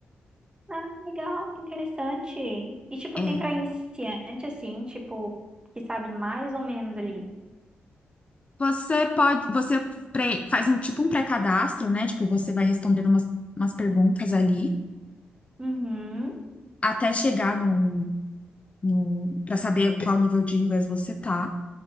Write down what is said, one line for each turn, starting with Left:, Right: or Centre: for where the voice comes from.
Right: Ah, legal, que interessante. E, tipo,
Left: É,
Right: tem pra iniciante, assim, tipo, que sabe mais ou menos ali.
Left: você pode, você pre- faz um tipo um pré-cadastro, né? Tipo, você vai respondendo umas, umas perguntas ali
Right: Uhum.
Left: até chegar no, no para saber qual nível de inglês você tá.